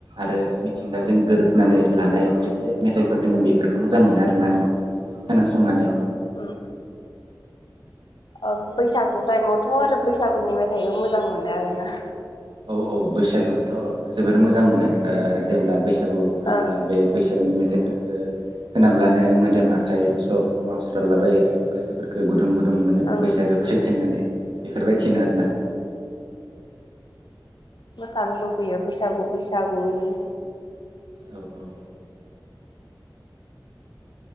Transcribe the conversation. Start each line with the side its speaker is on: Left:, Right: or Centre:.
Right: आरो मिथिं गाजों गोरोबनानै लानाय खायसे मेथाइफोर दोङो बेफोरखौ मोजां मोनो आरोना आङो खोनासंनानै।
Left: उम उम ओ बैसागु टाइमावथ' आरो बैसागुनि मेथाइबो मोजां मोनो आरोना।
Right: औ औ बैसागुखौथ' जोबोर मोजां मोनो ओ जेब्ला बैसा गु फैब्ला
Left: ओं
Right: बे बैसागुनि मेथाइ फोरखो खोनाब्लानो मोदोम आखाइ सब मावस्रालाबायो गोसोफोरखो गुद गुद गुदुं गुदुं मोनो
Left: ओं
Right: बैसागो फै फैनानै बेफोरबायदिनो आरोना
Left: मोसानो लुबैयो बैसागु बैसागुनि।
Right: औ औ